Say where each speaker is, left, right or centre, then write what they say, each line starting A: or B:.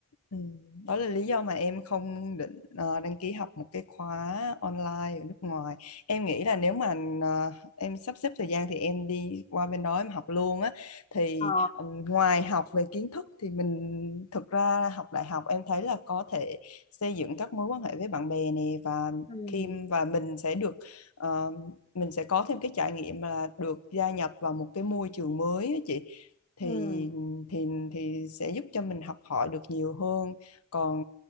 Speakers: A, on the left; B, on the left.
A: Ừ, đó là lý do mà em không định ờ, đăng ký học một cái khóa online ở nước ngoài. Em nghĩ là nếu mà ờ, em sắp xếp thời gian thì em đi qua bên đó em học luôn á. Thì
B: ờ
A: ừm, ngoài học về kiến thức thì mình thực ra là học đại học em thấy là có thể xây dựng các mối quan hệ với bạn bè nè và
B: ừ
A: khi và mình sẽ được ờ, mình sẽ có thêm cái trải nghiệm là được gia nhập vào một cái môi trường mới á chị. Thì
B: ừ
A: thì thì sẽ giúp cho mình học hỏi được nhiều hơn còn